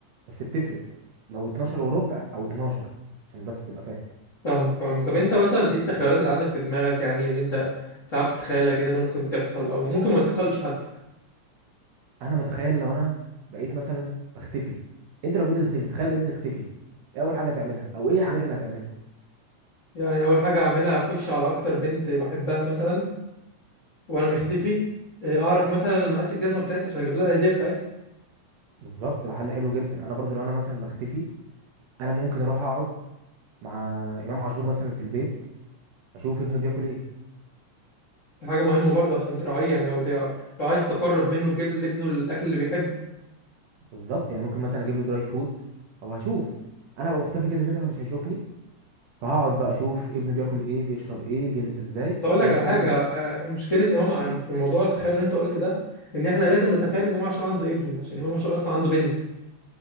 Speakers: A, on the right (about 75°); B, on the left (about 60°).
A: بس بتفرق لو 12 وربع او 12 عشان بس تبقى فاهم
B: فاهمك فاهمك طب انت مثلا ايه التخيلات اللي عندك في دماغك يعني اللي انت ساعات بتتخيلها كده اللي ممكن تحصل او ممكن ما تحصلش حتى
A: انا بتخيل لو انا بقيت مثلا بختفي انت لو بقيت تختفي تخيل بقيت بتختفي ايه اول حاجه تعملها او ايه الحاجات اللي هتعملها
B: يعني اول حاجة اعملها اخش على اكتر بنت بحبها مثلا وانا مختفي اه، اعرف مثلا مقاس الجزمة بتاعتها عشان اجيب لها الهدية بتاعتها
A: بالظبط ده حل حلو جدا انا برضو لو انا مثلا بختفي انا ممكن اروح اقعد مع امام عاشور مثلا في البيت اشوف ابنه بياكل ايه
B: دي حاجة مهمة برضه عشان تراعيه يعني او تع- لو عايز تقرب منه تجيب لابنه الاكل اللي بيحبه
A: بالظبط يعني ممكن مثلا اجيب له دراي فود او هشوف انا هبقى مختفي كده كده فمش هيشوفني فهقعد بقى اشوف ابنه بياكل ايه بيشرب ايه بيلبس ازاي
B: بس اقول لك
A: بيعمل
B: على حاجه
A: كل ده
B: آه، مشكله امام ع- في الموضوع التخيل اللي انت قلت ده ان احنا لازم نتخيل ان امام عاشور عنده ابن عشان امام عاشور اصلا عنده بنت